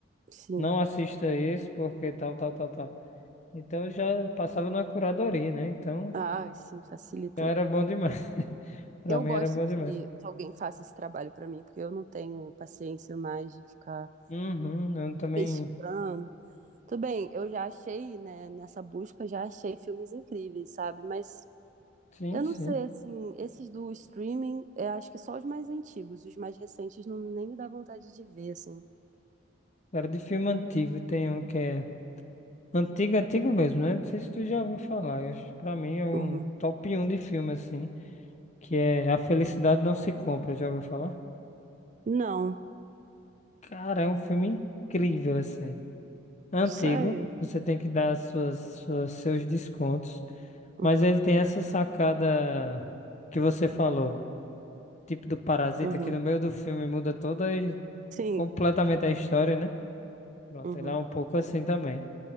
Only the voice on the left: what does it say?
Não assista esse porque tal, tal, tal, tal. Então eu já passava na curadoria, né? Então
já era bom demais. <laughs> Pra
mim
era bom
demais.
Uhum, eu também.
Sim,
sim.
Era de filme antigo. Tem um que é. Antigo, antigo mesmo, né? Não sei se tu já ouviu falar. Eu acho- Pra mim é um
top um de filme, assim. Que é A Felicidade Não Se Compra. Já ouviu falar?
Cara, é um filme incrível, assim. Antigo.
Você tem que dar suas, suas- seus descontos.
Mas ele tem essa sacada que você falou. tipo do parasita
que no meio do filme muda toda e
completamente a história, né? Pronto,
ele é um pouco assim também.